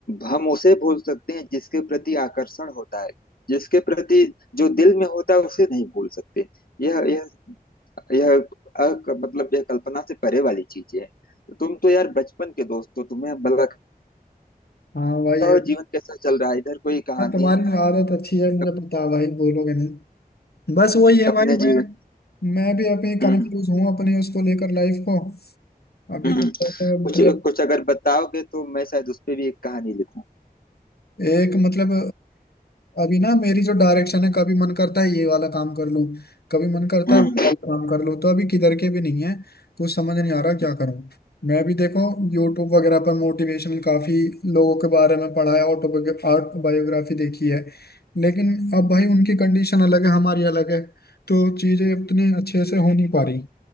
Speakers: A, on the left; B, on the left.
A: हम उसे भूल सकते हैं जिसके प्रति आकर्षण होता है जिसके प्रति जो दिल में होता है उसे नहीं भूल सकते यह यह यह अक, मतलब यह कल्पना से परे वाली चीज है तुम तो यार बचपन के दोस्त हो तुम्हें भला लगता
B: हाँ भाई
A: हो
B: ये
A: जीवन कैसा चल रहा है इधर कोई कहानी
B: हाँ तुम्हारी आदत अच्छी है मुझे
A: अप,
B: पता है भाई बोलोगे नहीं बस वही है
A: अपने
B: भाई मैं
A: जीवन
B: मैं भी अभी
A: हम्म
B: कंफ्यूज हूँ अपनी उसको लेकर लाइफ को अभी
A: हम्म
B: कुछ ऐसा
A: कुछ
B: मतलब
A: कुछ अगर बताओगे तो मैं शायद उस पे भी एक कहानी लिखूं
B: एक मतलब अभी ना मेरी जो डायरेक्शन है कभी मन करता है ये वाला काम कर लूं कभी मन करता
A: हम्म
B: है वो वाला काम कर लूं तो अभी किधर के भी नहीं है कुछ समझ नहीं आ
A: हम्म।
B: रहा क्या करूं मैं भी देखो यूट्यूब वगैरह पर मोटिवेशनल काफी लोगों के बारे में पढ़ा है ऑटो बायोग्राफी देखी है लेकिन अब भाई उनकी कंडीशन अलग है हमारी अलग है तो चीजें उतनी अच्छे से हो नहीं पा रही